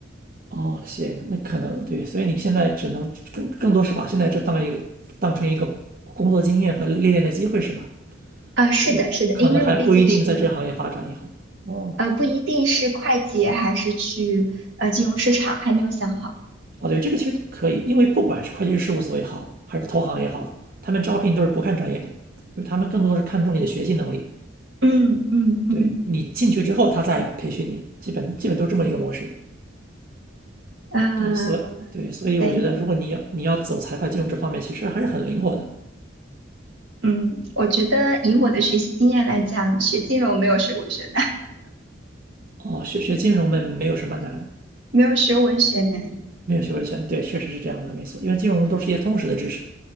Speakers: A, on the right; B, on the right.
A: 哦，行，那可能对，所以你现在只能更更多是把现在这当一个当成一个工作经验和历练的机会是吧？
B: <laughs> 啊，是的，
A: 对，
B: 是的，
A: 可能还不一定在这个行业发展以后。
B: 因为我毕竟是，
A: 哦，
B: 呃，不一定是会计，还是去呃金融市场，还没有想好。
A: 哦，对，这个其实都可以，因为不管是会计师事务所也好，还是投行也好，他们招聘都是不看专业的，就是他们更多是看重你的学习能力。
B: 嗯嗯嗯，
A: 对，你进去之后，他再培训你，基本基本都是这么一个模式。
B: 呃，
A: 对，所以对，所以我觉得，
B: 对，
A: 如果你要你要走财会金融这方面，其实还是很灵活的。
B: 嗯，我觉得以我的学习经验来讲，学金融没有学文学难，
A: 哦，学学金融们没有什么难，
B: <laughs> 没有学文学难。
A: 没有学文学，对，确实是这样的，没错。因为金融都是一些通识的知识，